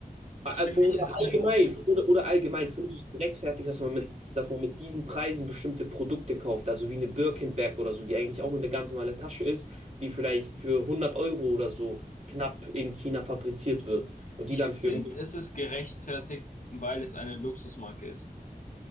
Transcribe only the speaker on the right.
Al-
Oder
allgemein, oder, oder allgemein, findest du es gerechtfertigt, dass man mit, dass man mit diesen Preisen bestimmte Produkte kauft, also wie eine Birkenbag oder so, die eigentlich auch nur eine ganz normale Tasche ist, die vielleicht für hundert Euro oder so knapp in China fabriziert wird und
die dann
für,